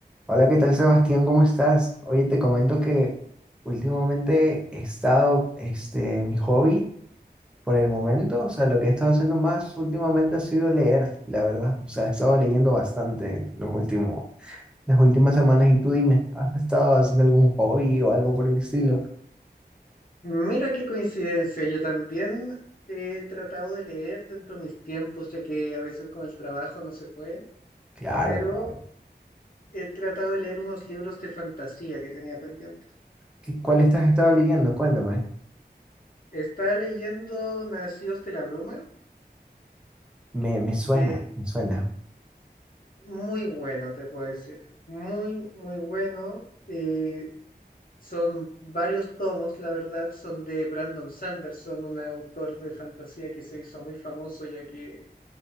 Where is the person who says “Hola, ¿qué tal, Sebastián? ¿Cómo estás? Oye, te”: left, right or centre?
Centre